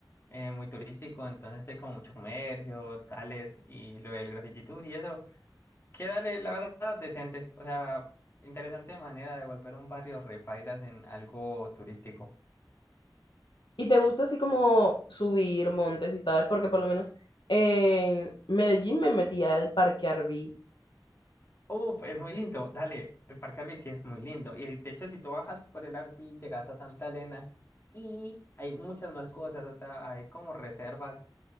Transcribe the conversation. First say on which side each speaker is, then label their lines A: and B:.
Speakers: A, on the left (about 35°); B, on the left (about 85°).
A: eh, muy turístico, entonces hay como mucho comercio, tales, y lo del graffiti tour y eso. Que dale, la verdad, decente. O sea, interesante manera de volver un barrio repailas en algo turístico.
B: ¿Y te gusta así como subir montes y tal? Porque por lo menos en Medellín me metí al Parque Arví,
A: Uf, es muy lindo. Dale, el Parque Arví sí es muy lindo. Y de hecho, si tú bajas por el Arví, llegas a Santa Elena y hay muchas más cosas. O sea, hay como reservas.